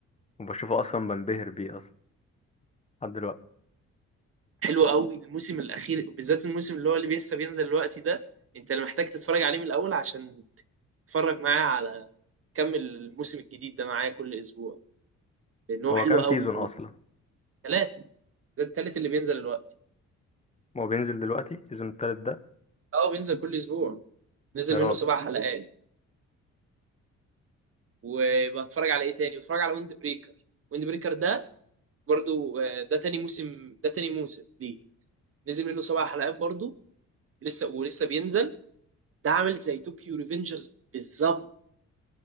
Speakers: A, on the left; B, on the right.
A: وبشوفه اصلا بنبهر بيه اصلا لحد دلوقتي
B: حلو قوي الموسم الاخير بالذات الموسم اللي هو اللي لسه بينزل دلوقتي ده انت اللي محتاج تتفرج عليه من الاول عشان تتفرج معاه على كمل الموسم الجديد ده معايا كل اسبوع لان هو
A: هو
B: حلو
A: كام
B: قوي
A: سيزون اصلا
B: ثلاثه ده التالت اللي بينزل دلوقتي
A: هو بينزل دلوقتي السيزون التالت ده
B: اه بينزل كل اسبوع نزل
A: يا راجل
B: منه سبع حلقات وبتفرج على ايه تاني بتفرج على ويند بريكر ويند بريكر ده برضو آه، ده تاني موسم ده تاني موسم ليه نزل منه سبع حلقات برضو لسه ولسه بينزل ده عامل زي طوكيو ريفنجرز بالظبط